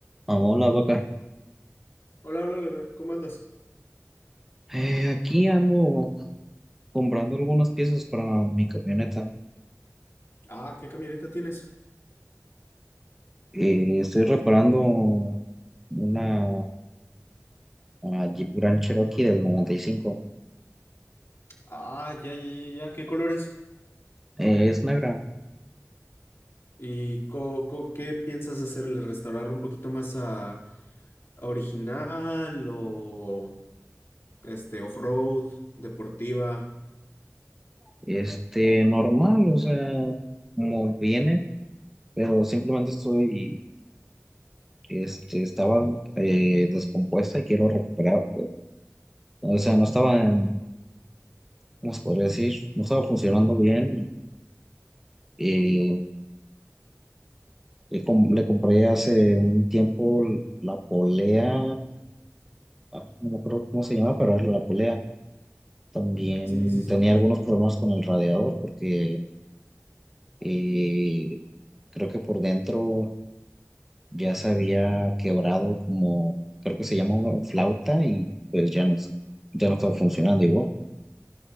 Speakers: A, in the centre; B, on the left.
A: Ah, Hola, vaca.
B: Hola, hola, Leonel, ¿cómo andas?
A: Eh, aquí ando comprando algunas piezas para mi camioneta.
B: Ah, ¿qué camioneta tienes?
A: Eh, estoy reparando una, una Jeep Grand Cherokee del 95.
B: Ah, ya, ya, ya, ya. ¿Qué colores?
A: Eh, es negra,
B: ¿Y co- co- qué piensas hacerle? ¿Restaurar un poquito más a, a original o este off-road, deportiva?
A: este, normal, o sea, como viene, pero simplemente estoy, este, estaba eh, descompuesta y quiero recuperar. O sea, no estaba en, ¿cómo se podría decir? No estaba funcionando bien. y, eh, Le, com- le compré hace un tiempo la polea, ah, no me acuerdo cómo se llama, pero era la polea. También
B: Sí, sí, sí,
A: tenía algunos problemas con el radiador porque eh, creo que por dentro ya se había quebrado como, creo que se llama una flauta y pues ya no, s- ya no estaba funcionando igual.